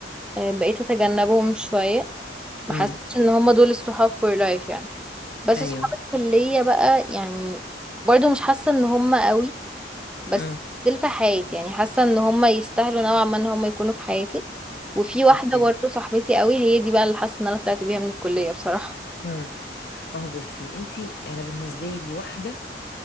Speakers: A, in the centre; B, on the left.
A: فبقيت اتجنبهم شويه ما
B: امم
A: حسيتش ان هما دول الصحاب فور لايف يعني بس
B: ايوه
A: اصحاب الكلية بقى يعني برضو مش حاسة ان هم قوي بس
B: امم
A: دول في حياتي يعني حاسة ان هم يستاهلوا نوعا ما ان هم يكونوا في حياتي وفي واحدة
B: اوكي
A: برضو صاحبتي قوي هي دي بقى اللي حاسة ان انا طلعت بيها من الكلية بصراحة
B: امم ما هو بصي انتي انا بالنسبه لي واحده